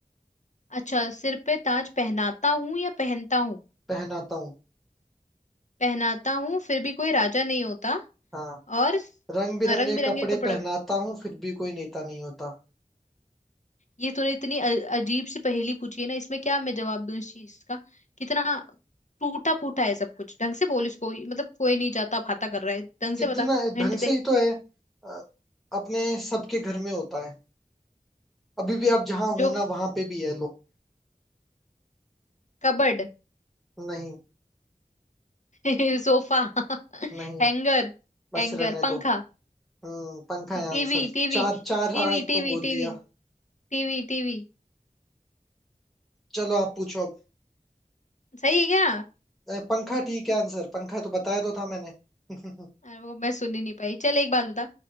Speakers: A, on the left (about 55°); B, in the centre.
A: अच्छा सिर पे ताज पहनाता हूँ या पहनता हूँ
B: पहनाता हूँ
A: पहनाता हूँ फिर भी कोई राजा नहीं होता
B: हाँ
A: और स-
B: रंग बिरंगे
A: रंग बिरंगे
B: कपड़े
A: कपड़े
B: पहनाता हूँ फिर भी कोई नेता नहीं होता
A: ये तूने इतनी अ- अजीब सी पहेली पूछी है ना इसमें क्या मैं जवाब दूं इस चीज का कितना टूटा फूटा है सब कुछ ढंग से बोल इसको मतलब कोई नहीं जाता फाता कर रहा है ढंग
B: कितना
A: से बता हिंट
B: ढंग
A: दे
B: से ही तो है अ, अपने सबके घर में होता है अभी भी आप जहाँ
A: जो
B: हो ना वहां पे भी है लो
A: कबर्ड
B: नहीं
A: <laughs> सोफा
B: नहीं
A: हैंगर
B: बस
A: हैंगर
B: रहने
A: पंखा
B: दो हम्म पंखा है
A: TV
B: आंसर
A: TV
B: चार चार आ,
A: TV
B: तो
A: TV
B: बोल
A: TV
B: दिया
A: TV TV
B: चलो आप पूछो अब
A: सही है क्या
B: अ, पंखा ठीक है आंसर पंखा तो बताया तो था मैंने <laughs>
A: अरे वो मैं सुन ही नहीं पाई चल एक बात बता